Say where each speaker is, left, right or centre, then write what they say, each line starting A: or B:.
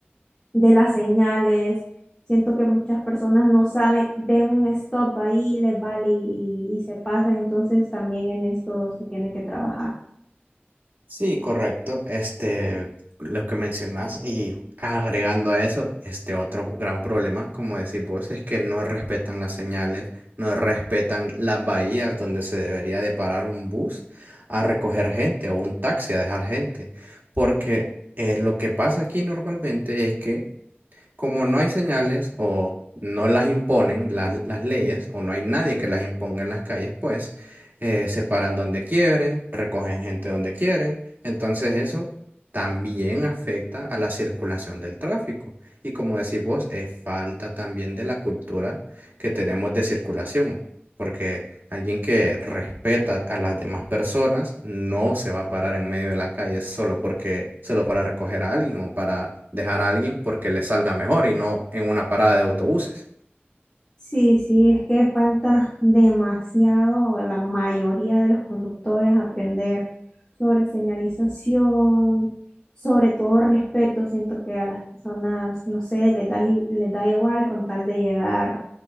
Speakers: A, on the left; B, on the right.
A: de las señales. Siento que muchas personas no saben, ven un stop ahí, les vale y, y se pasan, entonces también en esto se tiene que trabajar.
B: Sí, correcto. Este, lo que mencionas y agregando a eso, este otro gran problema, como decís vos, es que no respetan las señales, no respetan las bahías donde se debería de parar un bus a recoger gente o un taxi a dejar gente, porque eh, lo que pasa aquí normalmente es que como no hay señales o no las imponen las, las leyes o no hay nadie que las imponga en las calles, pues eh, se paran donde quieren, recogen gente donde quieren. Entonces eso también afecta a la circulación del tráfico. Y como decís vos, es falta también de la cultura que tenemos de circulación, porque Alguien que respeta a las demás personas no se va a parar en medio de la calle solo porque, solo para recoger a alguien o para dejar a alguien porque le salga mejor y no en una parada de autobuses.
A: Sí, sí, es que falta demasiado a la mayoría de los conductores aprender sobre señalización, sobre todo respeto. Siento que a las personas, no sé, les da, i- les da igual con tal de llegar